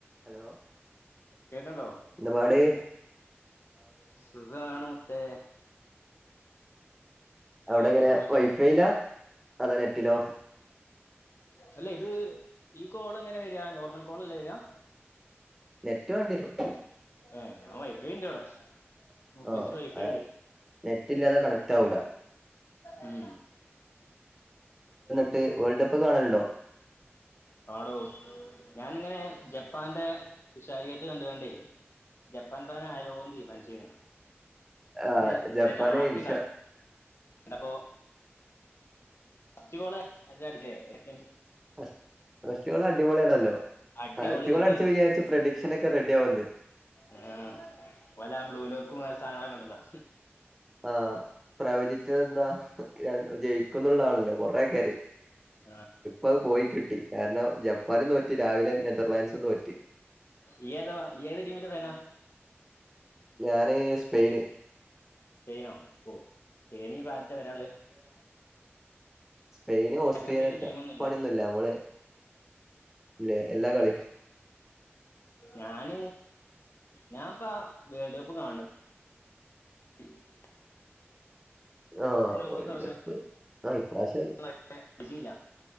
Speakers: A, in the centre; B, on the left.
A: Hello
B: കേക്കണ്ടോ
A: എന്തപാട്.
B: സുഖാണ് മുത്തേ. ചെറിയൊരു
A: അവടെങ്ങനെ
B: ജലദോഷണ്ട്
A: വൈഫൈയിലാ അതോ നെറ്റിലോ?
B: അല്ല ഇത് ഈ കോള് എങ്ങനെ വര നോർമൽ കോൾ അല്ലേ വരാ.
A: നെറ്റ് വണ്ടിരും.
B: ഏഹ് ഞാൻ വൈഫൈണ്ട് ഇവടെ ഓഫിസില്
A: ആ
B: വൈഫൈണ്ട്.
A: ആ, നെറ്റ് ഇല്ലാതെ കണക്റ്റ് ആവൂല
B: ഉം
A: ട്ട് വേൾഡ് കപ്പ് കാണാലുണ്ടോ?
B: ആടോ ഞാനിങ്ങനെ ജപ്പാന്റെ തുഷാരിയത്ത് കണ്ടുങ്ങണ്ടേ? Japan fan ആയാലോന്ന് തീരുമാനിച്ചേന്ന്.
A: ആ
B: പക്ഷെ
A: ജപ്പാന്
B: രാത്രി
A: ഇൻഷാ
B: ക അപ്പോ അഞ്ചുഗോള് അല്ലേ അടിച്ചേ എടക്കെ
A: ഫസ് ഫസ്റ്റ് ഗോള് അടിപൊളിയണല്ലോ?
B: അടിപൊളി
A: ആദ്യത്തെ ഗോൾ
B: കോളേന്ന്
A: അടിച്ചപ്പോ വിചാരിച്ച് പ്രഡിക്ഷൻ ഒക്കെ റെഡിയാവുന്ന്.
B: ഉം ഒല ബ്ലൂ ലോക്കുംങ്ങനെ സാധനങ്ങളൊക്കെണ്ടല്ലോ
A: ആഹ് പ്രവചിച്ചതെന്താ ജയിക്കുന്നുള്ളതാണല്ലോ കൊറേക്കാര്.
B: ആഹ്
A: അത് പോയി കിട്ടി കാരണം ജപ്പാനും തോറ്റ് രാവിലെ നെതർലാൻഡ്സും തോറ്റ്.
B: ഈയെതാ ഈയ് ഏത് ടീമിന്റെ ഫാനാ.
A: ഞാന് സ്പെയിന്.
B: സ്പെയിനോ ഓ സ്പെയിനി ഈ ആരൊക്കെവരളത്.
A: സ്പെയിൻ ഓസ്ട്രിയ
B: പ്രത്യേകിച്ച് ടീമൊന്നുമില്ല
A: പണിയൊന്നുമല്ല നമ്മള് ഇല്ലെ എല്ലാ കളിയും.
B: ഞൻ ഞാനിപ്പ വേൾഡ് കപ്പ് കാണം <inaudible>
A: ആ
B: അതിന് മുമ്പത്തെ
A: വേൾഡ്
B: വർഷം
A: കപ്പ് ആ ഇപ്രാവശ്യം.
B: അങ്ങനെ ചില്ല